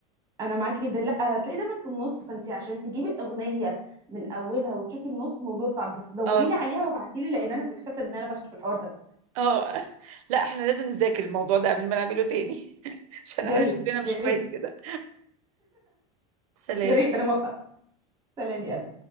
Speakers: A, on the right; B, on the right.
A: انا معاكي جدا لا هتلاقي دايما في النص فانت عشان تجيبي اغنيه من اولها وتشوفي النص موضوع صعب بس دوري
B: اه
A: لي
B: صح
A: عليها وابعتي لي لان انا اكتشفت ان انا فاشل في الحوار ده
B: اه لا احنا لازم نذاكر الموضوع ده قبل ما نعمله تاني <laughs> عشان
A: يا
B: احنا
A: ريت
B: شكلنا مش
A: يا ريت
B: كويس كده سلام
A: يا ريت انا موافقه سلام يا قلبي